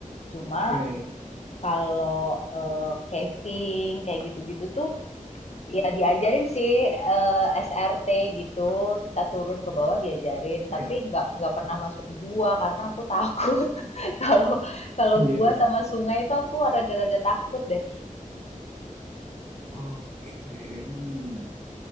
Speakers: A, on the left (about 50°); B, on the right (about 65°).
A: Cuma
B: iya iya
A: kalau eh, casing kayak gitu-gitu tuh ya diajarin sih eh, SRT gitu kita turun ke bawah diajarin
B: iya
A: tapi nggak nggak pernah masuk gua karena aku takut <laughs> kalau kalau
B: iya
A: gua
B: iya.
A: sama sungai itu aku rada-rada takut deh
B: Oke. Hmm.